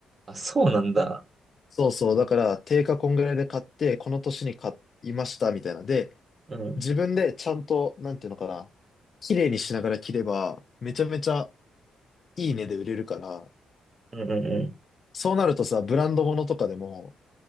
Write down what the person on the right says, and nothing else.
あ、そうなんだ。
うん。
うんうんうん。